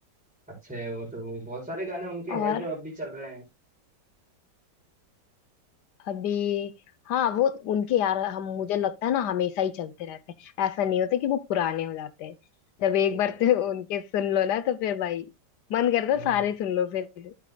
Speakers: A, in the centre; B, on the left.
A: अच्छे हो तो वो बहुत सारे गाने उनके
B: और
A: हैं जो अब भी चल रहे हैं
B: अभी हाँ वो उनके यार हम मुझे लगता है ना हमेशा ही चलते रहते हैं ऐसा नहीं होता कि वो पुराने हो जाते हैं जब एक
A: सही बात
B: बार तो उनके सुन लो ना तो फिर भाई मन करता
A: हम्म
B: है सारे सुन लो फिर